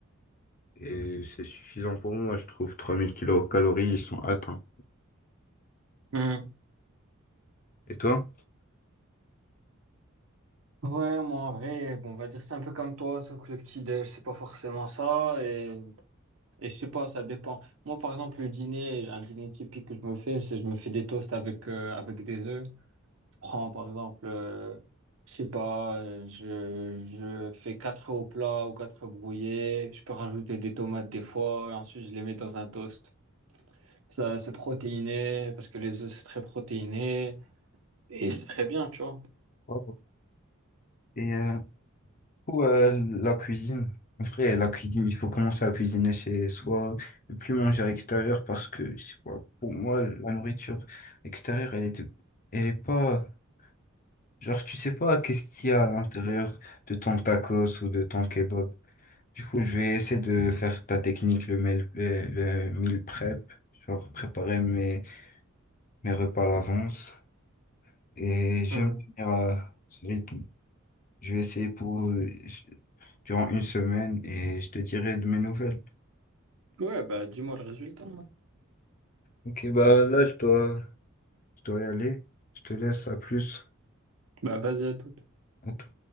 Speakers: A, on the left; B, on the right.
A: Et c'est suffisant pour moi, je trouve. trois mille kilocalories, ils sont atteints.
B: Hmm.
A: Et toi?
B: Ouais, moi en vrai, bon, on va dire c'est un peu comme toi, sauf que le petit déj, c'est pas forcément ça. Et, et je sais pas, ça dépend. Moi, par exemple, le dîner, un dîner typique que je me fais, c'est je me fais des toasts avec, euh, avec des œufs. Je prends, par exemple, euh, je sais pas, euh, je, je fais quatre œufs au plat ou quatre œufs brouillés. Je peux rajouter des tomates des fois, et ensuite je les mets dans un toast. Ça, c'est protéiné, parce que les œufs, c'est très protéiné, et c'est très bien, tu vois.
A: Ouais. Et euh, pour euh, la cuisine, en vrai, la cuisine, il faut commencer à cuisiner chez soi, ne plus manger à l'extérieur parce que, je sais pas, pour moi, la nourriture extérieure, elle est, elle est pas. Genre, tu sais pas qu'est-ce qu'il y a à l'intérieur de ton tacos ou de ton kebab. Du coup, je vais essayer de faire ta technique, le meal, le, le meal prep, genre préparer mes, mes repas à l'avance. Et je
B: Mm.
A: vais me tenir à ce rythme. Je vais essayer pour euh, je- durant une semaine et je te dirai de mes nouvelles.
B: Ouais, bah dis-moi le résultat. hein.
A: Ok, bah là, je dois, je dois y aller. Je te laisse, à plus.
B: Bah vas-y à tout.
A: À tout.